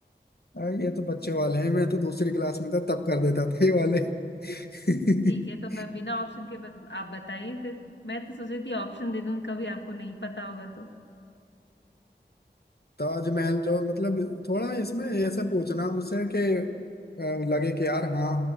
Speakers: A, on the left (about 60°); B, on the left (about 85°).
A: आ, ये तो बच्चे वाले हैं मैं तो दूसरी क्लास में था तब कर देता था ये वाले <laughs>
B: ठीक है तो मैं बिना ऑप्शन के बत, आप बताइए फिर मैं तो सोची थी ऑप्शन दे दूं कभी आपको नहीं पता होगा तो
A: ताजमहल जो मतलब थोड़ा इसमें ऐसा पूछना मुझसे कि अ, लगे कि यार हाँ